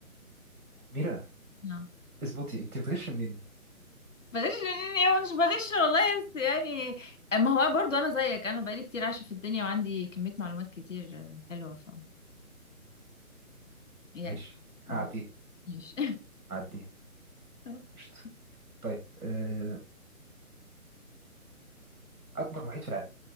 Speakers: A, on the right (about 75°); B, on the left (about 55°).
A: ميرا
B: نعم
A: اظبطي انت بتغش منين
B: بلاش يعني هو مش بغش والله بس يعني ما هو برضو انا زيك انا بقالي كتير عايشه في الدنيا وعندي كميه معلومات كتير حلوه ف يعني
A: ماشي
B: اه
A: هعديها
B: ماشي
A: هعديها
B: <laughs>
A: قشطه طيب آه اكبر محيط في العالم